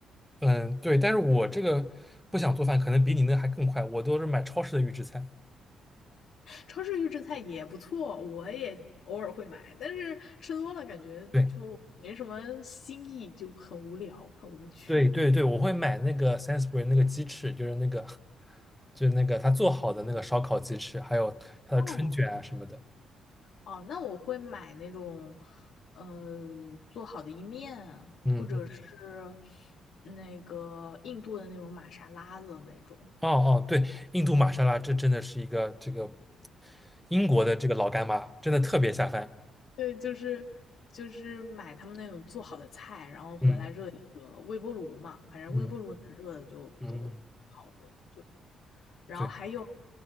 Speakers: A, in the centre; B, on the left.
A: 嗯，对，但是我这个不想做饭，可能比你那还更快。我都是买超市的预制菜。
B: 超市预制菜也不错，我也偶尔会买，但是吃多了感觉就没什么新意，
A: 对
B: 就很无聊，很无趣。
A: 对对对，我会买那个 Sainsbury 那个鸡翅，就是那个就是那个他做好的那个烧烤鸡翅，还有他的春卷啊什么的。
B: 哦哦，那我会买那种，呃，做好的意面，
A: 嗯嗯，
B: 或者是那个印度的那种玛莎拉的那种。
A: 哦哦，对，印度玛莎拉，这真的是一个这个英国的这个老干妈，真的特别下饭。
B: 对，就是就是买他们那种做好的菜，然后回来热一热，
A: 嗯
B: 微波炉嘛，反正微波炉能热的就都
A: 嗯嗯，
B: 好的。对然后还有
A: 对